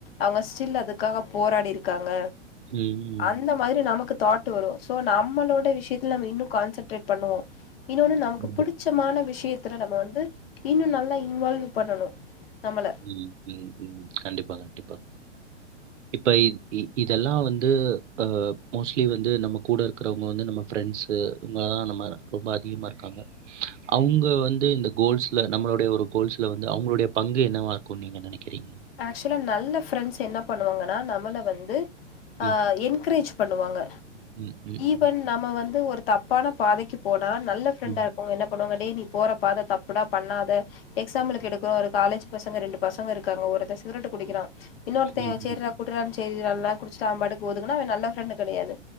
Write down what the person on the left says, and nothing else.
அங்க ஸ்டில் அதுக்காக போராடி இருக்காங்க
அந்த மாரி நமக்கு தாட் வரு சோ நம்மளோட விஷயத்துல நம்ம இன்னு கான்சன்ட்ரேட் பண்ணுவோ இன்னொன்னு நமக்கு
புடிச்சமான விஷயத்துல நம்ம வந்து இன்னு நல்லா இன்வால்வ் பண்ணணு நம்மள
ஆக்சுவலா நல்ல ஃப்ரெண்ட்ஸ் என்ன பண்ணுவாங்கன்னா நம்மள வந்து ஆ
என்கரேஜ் பண்ணுவாங்க
ஈவன்
நம்ம வந்து ஒரு தப்பான பாதைக்கு போனா நல்ல ஃப்ரெண்டா
இருக்கவங்க என்ன பண்ணுவாங்க டே நீ போற பாத தப்புடா பண்ணாத எக்ஸாமம்பிளுக்கு எடுக்குறோ ஒரு காலேஜ் பசங்க ரெண்டு பசங்க இருக்காங்க ஒரு சிகரெட் குடிக்கிறா இன்னொருத்த
சேரிடி குடிறான்னு சேரி குடிக்குறால குடிச்சிட்டு அவ பாடுக்கு ஒதுங்குனா அவ நல்லா ஃப்ரெண்டு கிடையாது